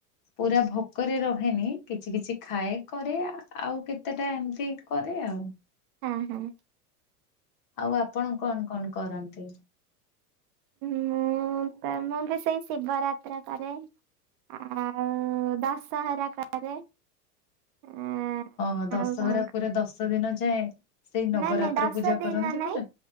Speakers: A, on the left; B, on the right.
A: ପୁରା ଭୋକରେ ରହେନି କିଛି କିଛି ଖାଏ କରେ ଆଉ କେତେଟା ଏମିତି କରେ ଆଉ।
B: ହଁ ହଁ।
A: ଆଉ ଆପଣ କଣ କଣ କରନ୍ତି?
B: ମୁଁ ତ ମୁଁ ବି ସେଇ ଶିବ ରାତ୍ର କରେ। ଆଉ ଦଶହରା କରେ ଆ
A: ହଁ ଦଶହରା
B: ଆଉ କଣ
A: ପୁରା ଦଶ ଦିନ ଯାଏଁ ସେଇ ନବରାତ୍ର
B: ନାଇଁ ନାଇଁ ଦଶ
A: ପୂଜା
B: ଦିନ
A: କରନ୍ତି
B: ନାଇଁ
A: ପୁରା।